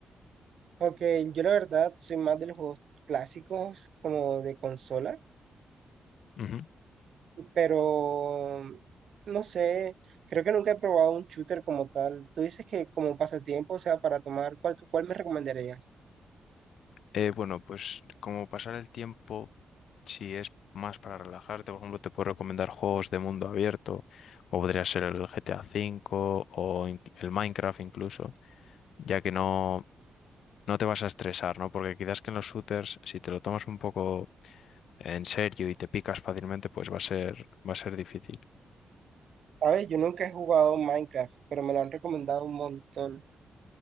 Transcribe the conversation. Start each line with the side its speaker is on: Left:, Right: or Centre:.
Right: Ok, yo la verdad soy más de los juegos clásicos como de consola,
Left: Ujú.
Right: pero no sé, creo que nunca he probado un shooter como tal. Tú dices que como pasatiempo, o sea, para tomar, ¿cuál, cuál me recomendarías?
Left: Eh, bueno, pues como pasar el tiempo, si es más para relajarte, por ejemplo, te puedo recomendar juegos de mundo abierto, o podría ser el GTA V o in- el Minecraft incluso ya que no, no te vas a estresar, ¿no? Porque quizás que en los shooters, si te lo tomas un poco en serio y te picas fácilmente, pues va a ser, va a ser difícil.
Right: Sabes, yo nunca he jugado Minecraft, pero me lo han recomendado un montón.